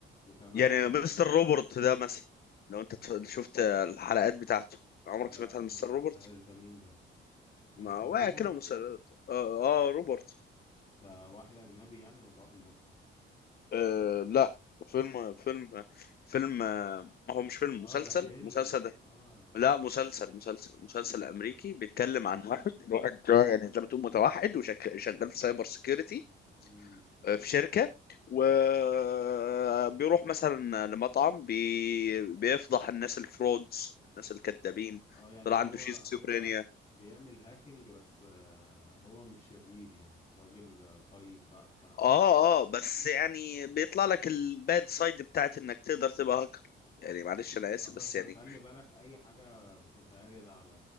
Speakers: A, on the left; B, on the left.
A: وكمان
B: يعني
A: ال
B: مستر
A: ال
B: روبرت ده مثلا لو انت تف- شفت الحلقات بتاعته عمرك
A: لا
B: سمعت عن
A: ما
B: مستر
A: شفتهاش
B: روبرت
A: ده مين ده مستر
B: ما واقع
A: روبر
B: كده مستر اه, آه روبرت
A: ده واحد أجنبي يعني ولا واحد مصري
B: آه لا فيلم فيلم فيلم آه، هو مش فيلم
A: اه
B: مسلسل
A: ده فيلم
B: مسلسل
A: اه
B: لا مسلسل مسلسل مسلسل
A: امم
B: امريكي بيتكلم عن واحد واحد جو- يعني زي ما تقول متوحد وشغال في سايبر سيكيورتي
A: امم
B: آه، في شركه وبيروح مثلا لمطعم بي... بيفضح الناس الفرودز الناس الكذابين
A: اه يعني
B: طلع
A: هو
B: عنده شيزوفرينيا
A: هو بيعمل هاكينج بس آه، هو مش شرير يعني راجل آه، طيب بقى بتاع
B: اه اه بس
A: مم.
B: يعني بيطلع لك الباد سايد بتاعت انك تقدر تبقى هاكر يعني معلش انا اسف
A: اه بس
B: بس يعني
A: خلي بالك اي حاجة بتتعرض على